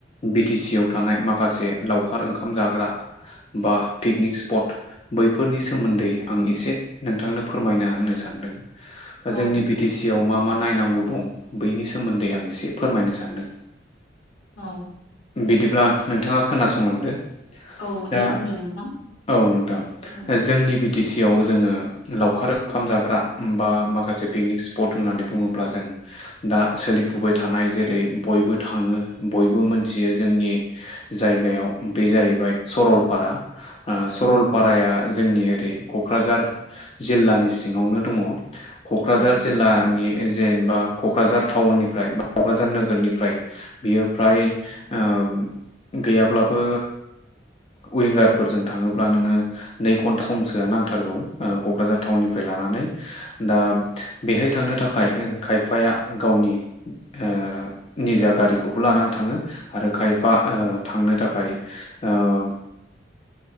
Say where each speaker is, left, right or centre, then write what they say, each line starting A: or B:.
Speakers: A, on the left (about 30°); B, on the left (about 80°).
A: बि टि सि आव थानाय माखासे लावखार ओंखाम जाग्रा बा पिकनिक स्पट बैफोरनि सोमोन्दै आं एसे नोंथांनो फोरमायना होनो सानदों बा जोंनि
B: औ नोंथां
A: बि टि सि आव मा मा नायनांगौ दं बैनि सोमोन्दै आं एसे फोरमायनो सान्दों।
B: औ
A: बिदिब्ला नोंथाङा खोनासंलांदो
B: औ दे
A: दा
B: बुंदो नोंथां
A: औ नोंथां
B: औ
A: जोंनि बि टिसि आव जोङो लावखार ओंखाम जाग्रा बा माखासे पिकनिक स्पट होननानै बुङोब्ला जों दा सोलिफुबाय थानाय जेरै बयबो थाङो बयबो मोनथियो जोंनि जायगायाव बे जाहैबाय सरलपारा ओ सरलपाराया जोंनि ओरै क'क्राझार जिल्लानि सिङावनो दङ क'क्राझार
B: औ
A: जिल्लानि जेनेबा क'क्राझार टाउननिफ्राय बा क'क्राझार नोगोरनिफ्राय बियो फ्राय ओ गैयाब्लाबो ओ उिंगारफोरजों थाङोब्ला नोङो नै घन्टा समसोआ नांथारगौ ओ क'क्राझार टाउननिफ्राय लानानै दा बेहाय थांनो थाखाय खायफाया गावनि ओ निजा गारिखौबो लानानै थाङो आरो खायफा ओ थांनो थाखाय ओ